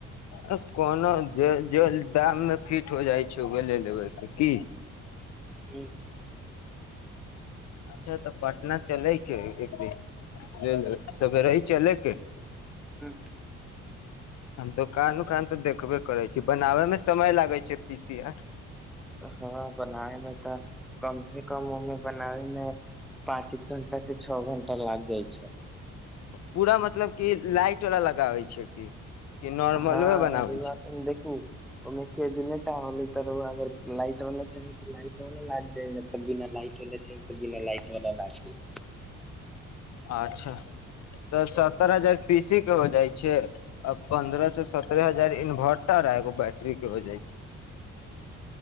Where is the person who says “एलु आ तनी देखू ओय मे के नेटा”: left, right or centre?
Centre